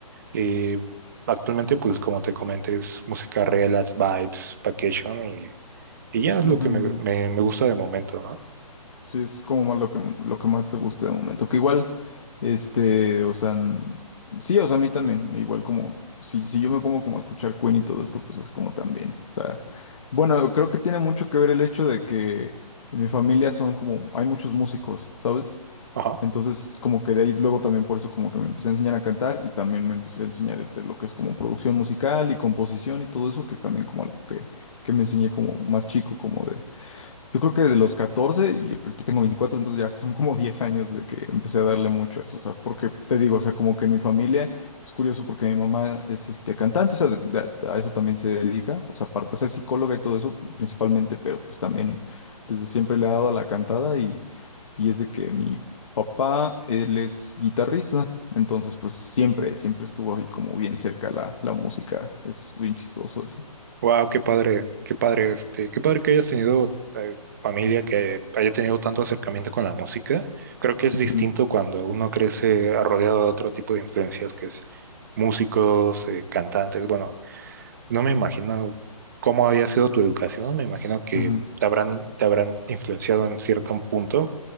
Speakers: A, on the right; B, on the left.
A: eh, actualmente pues como te comenté es música relax, vibes, vacation y, y ya es
B: ujú,
A: lo que
B: ujú.
A: me, me, me gusta de momento, ¿no?
B: Sí, es como más lo que, lo que más te guste de momento. Que igual, este, o sea, n- sí, o sea, a mí también. Igual como, si, si yo me pongo como a escuchar Queen y todo esto, pues es como también. O sea, bueno, creo que tiene mucho que ver el hecho de que en mi familia son como, hay muchos músicos, ¿sabes?
A: Ajá.
B: Entonces, como que de ahí luego también por eso como que me empecé a enseñar a cantar y también me empecé a enseñar este, lo que es como producción musical y composición y todo eso, que es también como algo que, que me enseñé como más chico, como de yo creo que de los 14 y ahorita tengo 24 entonces ya son como 10 años de que empecé a darle mucho a eso, o sea, porque te digo, o sea, como que en mi familia es curioso porque mi mamá es este cantante, o sea, de- de- a eso también se dedica, o sea, aparte, o sea, es psicóloga y todo eso principalmente, pero pues también desde siempre le ha dado a la cantada y, y es de que mi papá, él es guitarrista, entonces pues siempre, siempre estuvo ahí como bien cerca la, la música, es bien chistoso eso.
A: Wow, qué padre, qué padre, este, qué padre que hayas tenido eh, familia que haya tenido tanto acercamiento con la música. Creo que es distinto
B: Ujú,
A: cuando uno crece rodeado de otro tipo de influencias, que es músicos, eh, cantantes. Bueno, no me imagino cómo había sido tu educación. Me imagino que
B: ujú,
A: te habrán, te habrán influenciado en cierto punto